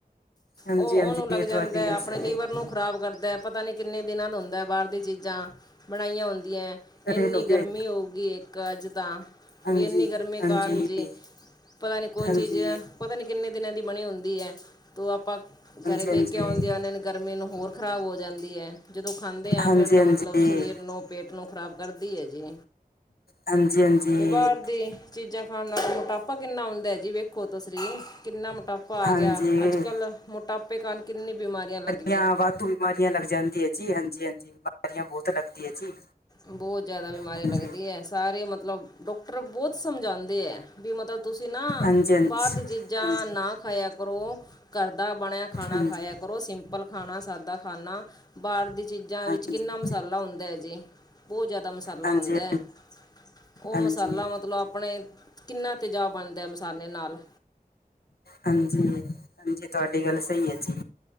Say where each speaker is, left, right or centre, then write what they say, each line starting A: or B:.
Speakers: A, on the left; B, on the left.
A: ਹਾਂਜੀ
B: ਉਹ,
A: ਹਾਂਜੀ
B: ਉਹਨੂੰ ਲੱਗ
A: ਇਹ
B: ਜਾਂਦਾ,
A: ਤੁਹਾਡੀ ਗੱਲ
B: ਆਪਣੇ
A: ਸਹੀ
B: ਲਈ
A: ਹੈ
B: ਵਰ
A: ਜੀ
B: ਨੂੰ ਖਰਾਬ ਕਰਦਾ, ਪਤਾ ਨਹੀਂ ਕਿੰਨੇ ਦਿਨਾਂ ਦਾ ਹੁੰਦਾ? ਬਾਹਰ ਦੀ ਚੀਜ਼ਾਂ ਬਣਾਈਆਂ। ਦੀਆਂ, ਏਨੀ
A: ਫੇਲ ਹੋ
B: ਗਰਮੀ
A: ਗਏ
B: ਹੋਗੀ ਇੱਕ ਅੱਜ ਤਾਂ,
A: ਹਾਂਜੀ
B: ਵੀ ਇੰਨੀ ਗਰਮੀ
A: ਹਾਂਜੀ
B: ਕਾਰਨ ਜੀ,
A: ਹਾਂਜੀ
B: ਪਤਾ ਨੀ ਕੋਈ
A: ਹਾਂਜੀ
B: ਚੀਜ਼, ਪਤਾ ਨੀ ਕਿੰਨੇ ਦਿਨਾਂ ਦੀ ਬਣੀ ਹੁੰਦੀ ਹੈ? ਤੋ ਆਪਾਂ
A: ਹਾਂਜੀ
B: ਘਰੇ ਲੈ ਕੇ ਆਉਂਦੇ ਆ ਉਹਨਾਂ ਨੂੰ। ਗਰਮੀ ਨੂੰ ਹੋਰ ਖ਼ਰਾਬ ਹੋ ਜਾਂਦੀ। ਦੀ ਏ, ਜਦੋਂ ਖਾਂਦੇ ਹਾਂ
A: ਹਾਂਜੀ
B: ਫਿਰ ਤਾਂ ਮਤਲਬ
A: ਹਾਂਜੀ
B: ਸਰੀਰ ਨੂੰ, ਪੇਟ ਨੂੰ ਖ਼ਰਾਬ ਕਰਦੀ ਹੈ ਜੀ।
A: ਹਾਂਜੀ-ਹਾਂਜੀ।
B: ਤੇ ਬਾਹਰ ਦੀ ਚੀਜ਼ਾਂ ਖਾਣ ਨਾਲ ਮੋਟਾਪਾ ਕਿੰਨਾ ਆਉਂਦਾ ਜੀ? ਵੇਖੋ ਤੁਸੀਰੀ ਕਿੰਨਾ ਮੋਟਾਪਾ ਪਾ
A: ਹਾਂਜੀ
B: ਗਿਆ, ਅੱਜ-ਕੱਲ੍ਹ ਮੋਟਾਪੇ ਕਾਰਨ ਕਿੰਨੀ ਬਿਮਾਰੀਆਂ ਲੱਗੀਆਂ।
A: ੀਆਂ <unintelligible> ਵਾਧੂ ਬਿਮਾਰੀਆਂ ਲੱਗ ਜਾਂਦੀ ਹੈ ਜੀ। ਹਾਂਜੀ-ਹਾਂਜੀ ਬਿਮਾਰੀਆਂ ਬਹੁਤ ਲੱਗਦੀ ਹੈ ਜੀ।
B: ਬਹੁਤ ਜਿਆਦਾ ਬਿਮਾਰੀ
A: ਹਾਂਜੀ
B: ਲੱਗਦੀ ਹੈ। ਸਾਰੇ ਮਤਲਬ ਡਾਕਟਰ ਬਹੁਤ ਸਮਝਉਂਦੇ। ਦੇ ਏ, ਵੀ ਮਤਲਬ ਤੁਸੀਂ ਨਾ,
A: ਹਾਂਜੀ
B: ਬਾਹਰ
A: ਹਾਂਜੀ
B: ਦੀ ਚੀਜ਼ਾਂ
A: ਹਾਂਜੀ
B: ਨਾ ਖਾਇਆ ਕਰੋ। ਘਰ ਦਾ ਬਣਿਆ ਖਾਣਾ
A: ਹਾਂਜੀ
B: ਖਾਇਆ ਕਰੋ, ਉਹ ਸਿੰਪਲ ਖਾਣਾ, ਸਾਦਾ ਖਾਣਾ, ਬਾਹਰ ਦੀ ਚੀਜ਼ਾਂ
A: ਹਾਂਜੀ
B: ਵਿੱਚ ਕਿੰਨਾ ਮਸਾਲਾ ਹੁੰਦਾ ਹੈ ਜੀ। ਬਹੁਤ ਜ਼ਿਆਦਾ ਮਸਾਲਾ
A: ਹਾਂਜੀ
B: ਹੁੰਦਾ ਏ, ਉਹ
A: ਹਾਂਜੀ
B: ਮਸਾਲਾ ਮਤਲਬ ਆਪਣੇ ਕਿੰਨਾ ਤੇਜਾਬ ਬਣਦਾ ਮਸਾਲੇ ਨਾਲ।
A: ਹਾਂਜੀ, ਹਾਂਜੀ ਤੁਹਾਡੀ ਗੱਲ ਸਹੀ ਹੈ ਜੀ।